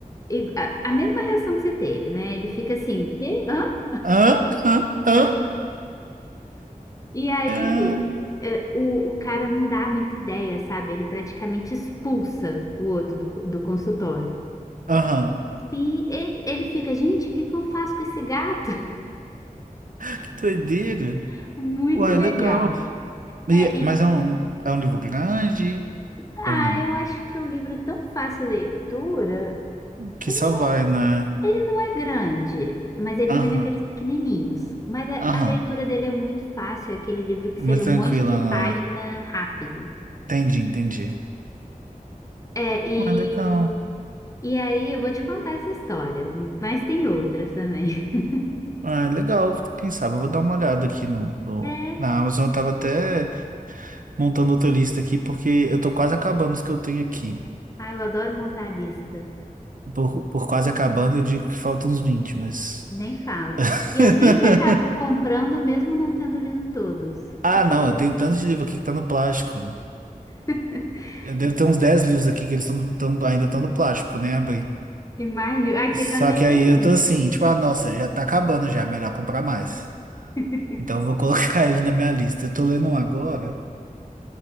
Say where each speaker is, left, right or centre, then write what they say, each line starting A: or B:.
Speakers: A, on the left; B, on the right.
A: e- A, a mesma reação que você teve, né? Ele fica assim: Quê? Hã?
B: Hã? Hã? Hã?
A: E aí,
B: É,
A: é, o, o cara não dá muita ideia, sabe? Ele praticamente expulsa o outro do, co- do consultório.
B: aham.
A: E ele, ele fica, gente, o que que eu faço com esse gato?
B: Que doideira.
A: <laughs> Muito
B: Uai,
A: legal.
B: legal.
A: É,
B: E é-
A: e,
B: mas é um, é um livro grande
A: ah,
B: ou não?
A: eu acho que o livro é tão fácil de leitura.
B: Que
A: Ele,
B: só vai, né?
A: ele não é grande, mas ele
B: Aham,
A: também não é aqueles pequenininhos. Mas a,
B: aham.
A: a leitura dele é muito fácil, é aquele livro que
B: É
A: você
B: Muito
A: lê um
B: tranquila,
A: monte de página
B: né?
A: rápido.
B: Entendi, entendi.
A: É, e
B: Uai, legal.
A: E aí, eu vou te contar essa história, mas tem outras também. <laughs>
B: Uai, legal. Quem sabe eu vou dar uma olhada aqui no, no-
A: É,
B: na Amazon. Eu tava até montando outra lista aqui porque eu tô quase acabando os que eu tenho aqui.
A: ah, eu adoro montar lista,
B: Por, por quase acabando, eu digo que faltam uns vinte. mas.
A: nem fala.
B: <laughs>
A: E eu sempre acabo comprando, mesmo não tendo lido todos.
B: Ah, não, eu tenho tanto de livro aqui que tá no plástico. né?
A: <laughs>
B: Deve ter uns 10 livros aqui que eles tão, tão- ainda estão no plástico, que eu nem abri.
A: Imagina, aqui
B: Só
A: também
B: que aí
A: tem
B: eu
A: um.
B: tô assim, tipo, ah, nossa, já tá acabando já, melhor comprar mais.
A: <laughs>
B: Então eu vou colocar <laughs> ele na minha lista. Eu tô lendo um agora.